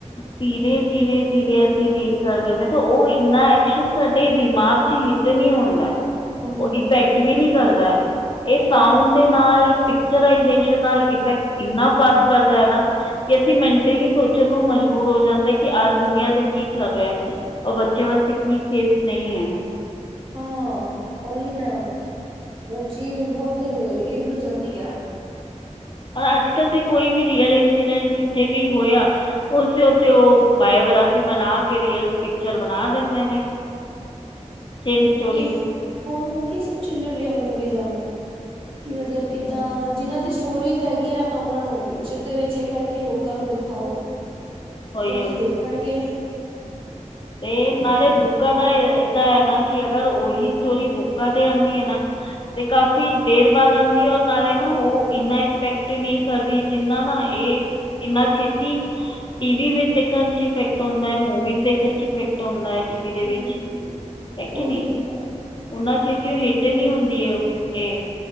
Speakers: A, on the left; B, on the right.
A: ਤੀਰੇ-ਤੀਰੇ, ਤੀਰੇ
B: ਹੂੰ
A: ਅਸੀਂ ਵੇਟ ਕਰ ਨੇ ਆ ਤੇ ਉਹ ਇੰਨਾ ਐਕਸ਼ਨ ਸਾਡੇ ਦਿਮਾਗ ਚ ਹਿੱਟ ਨੀ ਹੁੰਦਾ ਏ
B: ਉਹੀ
A: ਓਹ ਇਫੇਕ ਟ ਵੀ ਨੀ ਕਰਦਾ, ਏ ਸਾਊਂਡ ਦੇ ਨਾਲ ਪਿਕਚਰਾਈੇਜੇਸ਼ਨ ਨਾਲ ਇਫੈਕਟ ਇੰਨਾ ਪਾਸ ਕਰਦਾ ਐ ਨਾ। ਕਿ ਅਸੀਂ ਮੈਂਟਲੀ ਸੋਚਨ ਨੂੰ ਮਜਬੂਰ ਹੋ ਜਾਂਦੇ ਕਿ ਅੱਜ ਦੁਨੀਆਂ ਤੇ ਕੀ ਚੱਲ ਰਿਆ। ਔ ਬੱਚਿਆਂ ਵਾਸਤੇ ਕੀ ਸੇਫ ਨਈ ਐ।
B: ਹਾਂ ਓਹੀ ਨਾ। ਓਹ ਚੀਜ਼ ਬਹੁਤ ਏਹ ਹੋ ਜਾਂਦੀ ਆ।
A: ਅੱਜ ਕਲ ਤੇ ਕੋਈ ਵੀ ਰੀਅਲ ਇੰਸੀਡੈਂਟ ਕਿੱਥੇ ਵੀ ਹੋਇਆ ਉਸਦੇ ਉੱਤੇ ਓਹ ਬਾਓਗ੍ਰਾਫੀ ਬਣਾ ਕੇ ਰੀਅਲ ਪਿੱਚਰ ਬਣਾ ਦਿੰਦੇ ਨੇ। ਸੇਮ ਸਟੋਰੀ
B: ਠੀਕ, ਹੁਣ ਉਹੀ ਸਭ ਚੱਲਣ ਡਿਆ ਮੂਵੀ ਦਾ ਕਿ ਮਤਲਬ ਕਿੱਦਾਂ ਜਿਨਾਂ ਦੀ ਸਟੋਰੀਜ਼ ਹੈਗੀਆਂ, ਓਹਨਾਂ ਨੂੰ ਪਿੱਚਰ ਦੇ ਵਿੱਚ ਏਹ ਕਰਕੇ ਕਿ ਲੋਕਾਂ ਨੂੰ ਦਿਖਾਓ,
A: ਉਹੀ
B: ਲੋਕੀ
A: ਉਹੀ
B: ਦੇਖਣਗੇ।
A: ਤੇ ਨਾਲੇ ਬੁੱਕਾਂ ਦਾ ਏਦਾਂ ਹੈ ਨਾ, ਕਿ ਅਗਰ ਓਹੀ ਸਟੋਰੀ ਬੁੱਕਾਂ ਤੇ ਆਂਦੀ ਅ ਨਾ। ਤੇ ਕਾਫੀ ਦੇਰ ਬਾਦ ਆਂਦੀ ਓਰ ਨਾਲੇ ਨਾ ਉਹ ਇੰਨਾ ਇਫੈਕਟ ਨਹੀਂ ਕਰਦੀ। ਜਿੰਨਾ ਨਾ ਏਹ ਇਨਾ ਛੇਤੀ ਟੀਵੀ ਵਿਚ ਦੇਖਣ ਚ ਇਫੈਕਟ ਹੁੰਦਾ ਐ, ਮੁਵੀ ਚ ਦੇਖਣ ਚ ਇਫੈਕਟ ਹੋਂਦਾ ਅ ਟੀ-ਵੀ
B: ਹੂੰ
A: ਦੇ ਵਿੱਚ ਹੈ ਕੇ
B: ਉਹੀ
A: ਨੀ। ਓਨਾ ਛੇਤੀ ਹਿੱਟ ਨਹੀਂ ਹੁੰਦੀ ਹੈ, ਏਹ